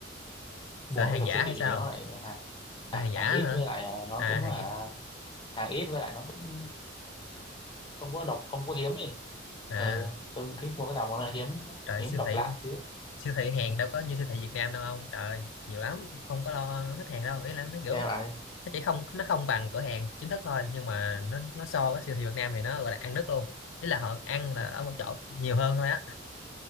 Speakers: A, on the left; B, on the left.
A: mua
B: sợ hàng
A: mấy đồ
B: giả
A: siêu
B: hay
A: thị
B: sao
A: thì nó lại hàng hàng,
B: Sợ hàng giả
A: hàng
B: hả
A: ít với lại ờ, nó
B: à
A: cũng
B: hàng
A: hả
B: ít
A: hàng ít với lại nó cũng không có độc không có hiếm ấy
B: à
A: ừ, tôi cũng thích mua cái nào mà nó hiếm
B: trời
A: hiếm
B: siêu
A: độc
B: thị
A: lạ xíu
B: siêu thị hàng đâu có như siêu thị Việt Nam đâu ông trời nhiều lắm không có lo hết hàng đâu ý là nó kiểu
A: nghe vậy
B: nó chỉ không nó không bằng cửa hàng chính thức thôi nhưng mà nó nó so với siêu thị Việt Nam thì nó gọi là ăn đứt luôn ý là họ ăn là ở một chỗ nhiều hơn thôi á